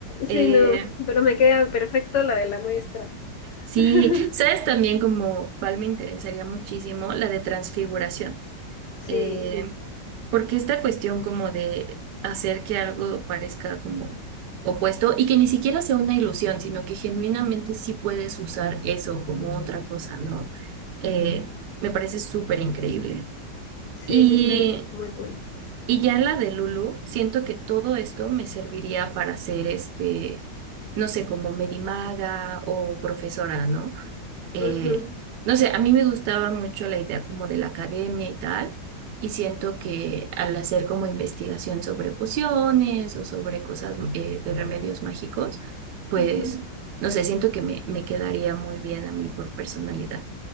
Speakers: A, on the left; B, on the right.
A: Sí,
B: Eh,
A: no, pero me queda perfecto la de la maestra.
B: Sí,
A: <laughs>
B: ¿sabes también como cuál me interesaría muchísimo? La de transfiguración.
A: Sí,
B: Eh, porque esta cuestión como de hacer que algo parezca como opuesto y que ni siquiera sea una ilusión, sino que genuinamente sí puedes usar eso como otra cosa, ¿no? Eh, me parece súper increíble.
A: sí,
B: Y,
A: sí, está muy cool.
B: y ya en la de Lulu, siento que todo esto me serviría para ser este, no sé, como medimaga o profesora, ¿no? Eh,
A: Ujú,
B: no sé, a mí me gustaba mucho la idea como de la academia y tal, y siento que al hacer como investigación sobre pociones o sobre cosas eh, de remedios mágicos, pues,
A: ujú.
B: no sé, siento que me, me quedaría muy bien a mí por personalidad.